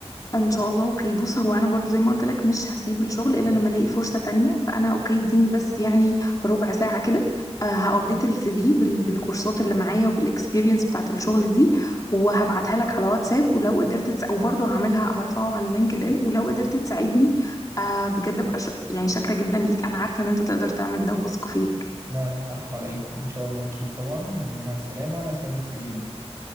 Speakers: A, on the left (about 30°); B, on the right (about 25°).
A: ان شاء الله اوكي بص هو انا برضو زي ما قلت لك مش هسيب الشغل الا لما الاقي فرصه تانية فانا اوكي اديني بس يعني ربع ساعه كده آه، هابديت السي في بال- بالكورسات اللي معايا وبالاكسبيرينس بتاعت الشغل دي وهبعتها لك على واتساب ولو قدرت تس... وبرضو هعملها هرفعه على لينكد ان ولو قدرت تساعدني آه بجد ابقى ش... يعني شاكره جدا ليك انا عارفه ان انت تقدر تعمل ده وواثقه فيك
B: لا لا العفو على ايه ان شاء الله اكيد طبعا ومع السلامه وانا استنى السي في منك